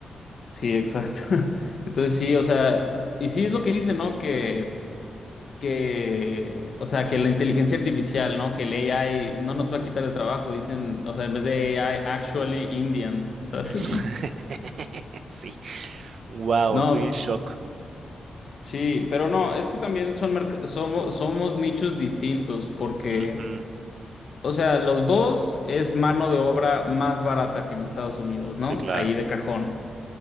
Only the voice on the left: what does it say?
Sí, exacto. <laughs> Entonces sí, o sea, y sí es lo que dice, ¿no? Que que, o sea, que la inteligencia artificial, ¿no? Que el AI no nos va a quitar el trabajo, dicen, o sea, en vez de AI, actually Indians, ¿sabes?
<laughs>
No,
sí, pero no, es que también son merc- somos, somos nichos distintos porque,
o sea, los dos es mano de obra más barata que en Estados Unidos, ¿no?
Ahí de cajón.